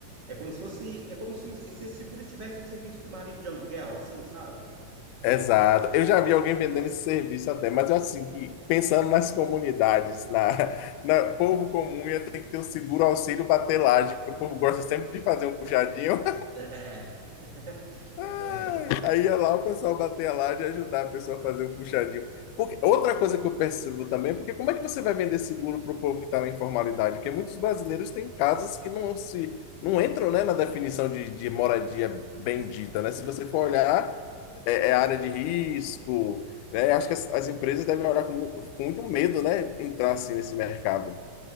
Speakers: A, on the right; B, on the left.
A: É como se fosse, é como se esse seguro tivesse um serviço de marido de aluguel, assim, sabe?
B: Exato. Eu já vi alguém vendendo esse serviço até, mas eu acho assim que pensando nas comunidades, na, <laughs> na povo comum ia ter que ter o seguro auxílio batelagem, porque o povo gosta sempre de fazer um puxadinho.
A: É, <laughs>
B: Ai,
A: é verdade.
B: Aí ia lá o pessoal bater a laje e ajudar a pessoa a fazer o puxadinho. Porque, outra coisa que eu percebo também, porque como é que você vai vender seguro para o povo que está na informalidade? Porque muitos brasileiros têm casas que não se não entram, né, na definição de, de moradia bendita, né? Se você for olhar, é, é área de risco, né? Acho que as, as empresas devem olhar com, mu- com muito medo, né, entrar assim nesse mercado.